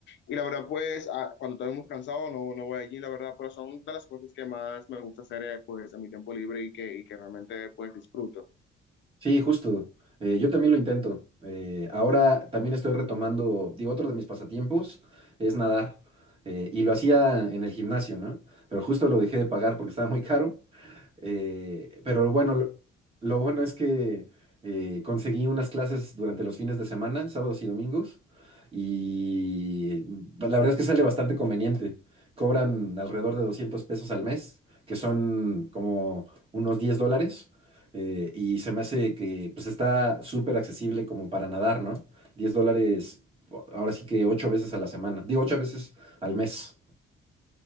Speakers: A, on the left; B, on the right.
A: Y la verdad pues ah, cuando estoy muy cansado no, no voy al gym, la verdad, pero son de las cosas que más me gusta hacer eh, pues en mi tiempo libre y que, y que realmente pues disfruto.
B: Sí, justo. Eh, yo también lo intento. Eh, ahora también estoy retomando, digo, otro de mis pasatiempos es nadar. Eh, y lo hacía en el gimnasio, ¿no? Pero justo lo dejé de pagar porque estaba muy caro. Eh, pero bueno, lo, lo bueno es que eh, conseguí unas clases durante los fines de semana, sábados y domingos. Y la verdad es que sale bastante conveniente. Cobran alrededor de 200 pesos al mes, que son como unos 10 dólares. Eh, y se me hace que pues está súper accesible como para nadar, ¿no? diez dólares, ahora sí que 8 veces a la semana. Digo, 8 veces al mes.